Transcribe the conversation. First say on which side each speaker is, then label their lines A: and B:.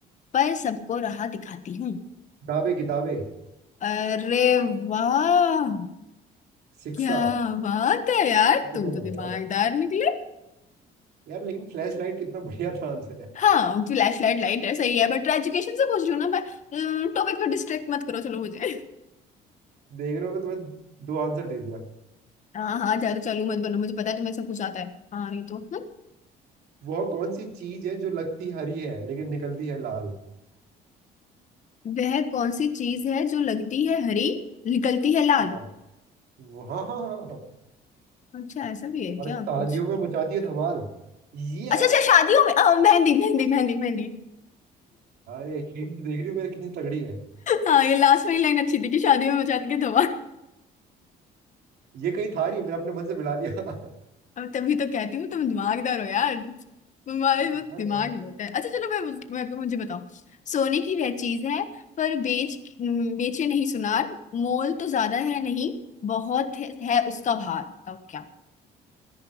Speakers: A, on the left; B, on the right.
A: पर सबको राह दिखाती हूँ
B: किताबें किताबें
A: अरे वाह
B: शिक्षा
A: क्या बात है यार
B: कुछ
A: तुम
B: नहीं
A: तो
B: होगा
A: दिमागदार
B: यार
A: निकले
B: यार लेकिन फ्लैश लाइट कितना बढ़िया था आंसर यार
A: हाँ फ्लैश लाइट लाइट है सही है बट एजुकेशन से पूछ रही हूँ ना मैं टॉपिक पे डिस्ट्रैक्ट मत करो चलो मुझे
B: देख रहे हो मैं तुम्हें दो आंसर दे दिया
A: हाँ हाँ ज्यादा चालू मत बनो मुझे पता है तुम्हें सब कुछ आता है हाँ नहीं तो हम्म।
B: वह कौन सी चीज है जो लगती हरी है लेकिन निकलती है लाल
A: वह कौन सी चीज है जो लगती है हरी निकलती है लाल
B: हाँ हाँ हाँ हाँ हाँ।
A: अच्छा ऐसा भी है
B: और
A: क्या
B: शादियों
A: कुछ
B: में मचाती है धमाल ये
A: अच्छा अच्छा शादियों में अ, मेहंदी मेहंदी मेहंदी मेहंदी
B: अरे एक हिंट
A: <laughs>
B: देख रही हूँ मेरी कितनी तगड़ी है
A: हाँ ये लास्ट वाली लाइन अच्छी थी कि शादियों में मचाती के धोआ
B: ये कहीं था नहीं मैंने अपने मन से मिला दिया <laughs>
A: अब तभी तो कहती हूँ तुम दिमागदार हो यार तुम्हारे में
B: यार
A: दिमाग
B: मैं
A: बहुत है अच्छा चलो मैं, मैं मुझे बताओ सोने की वह चीज है पर बेच बेचे नहीं सुनार मोल तो ज्यादा है नहीं बहुत है, है उसका भार बताओ क्या